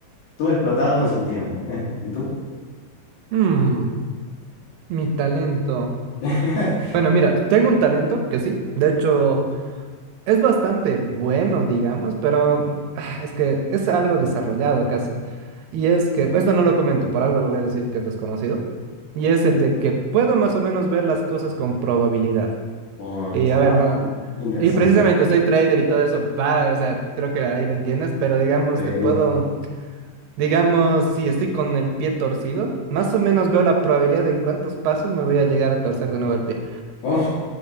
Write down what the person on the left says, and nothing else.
tuve explotado en su tiempo. ¿eh? ¿Y tú?
<laughs>
Oh,
ah,
interesante.
Sí.
Oh,